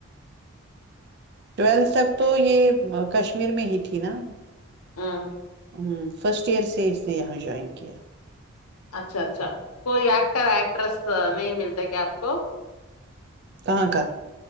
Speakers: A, on the right; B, on the left.
A: ٹویلتھ تک تو یہ کشمیر می ہیھی کہ نہ
B: ہ
A: ہوں فرسٹ ایئر سے اس نے یہاں جوائن کیا
B: اچھا اچھا کوئی ایکٹر ایکٹریس نہیں ملتا کیا آپ کو
A: کہاں کا